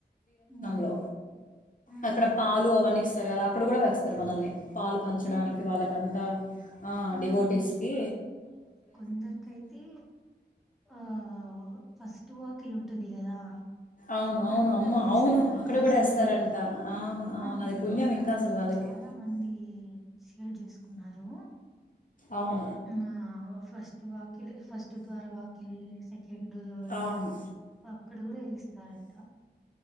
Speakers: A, in the centre; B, on the left.
A: హ్మ్.
B: లో
A: హ్మ్.
B: అక్కడ
A: హ్మ్.
B: పాలు అవన్నీ సారు కదా అక్కడ కూడా వేస్తారు మనల్ని పాలు పంచడానికి
A: హ్మ్. హ్మ్.
B: వాళ్ళకంతా
A: హ్మ్.
B: డివోటీస్కి
A: హ్మ్. కొందరికైతే ఆ ఫస్ట్ వాకిలి ఉంటది కదా
B: అవును.
A: అక్కడకి
B: అవును.
A: కూడా
B: అమ్మ
A: వేయిస్తారు
B: అవును.
A: అక్క
B: అక్కడ గూడా
A: కివ్
B: ఏస్తారంట.
A: లో
B: అవును. అవును.
A: ఆ నేను
B: అది పుణ్యం
A: ఇన్స్టాగ్రామ్
B: ఇంకా అసలు వాళ్ళకి.
A: లో చాలా మంది షేర్ చేసుకున్నారు
B: అవును
A: ఆ ఫస్ట్ వాక్ వాకిల్ ఫస్ట్ ద్వారా వాకిలి సెకండు ఇలా
B: అవును.
A: అక్కడ కూడ చేస్తారంట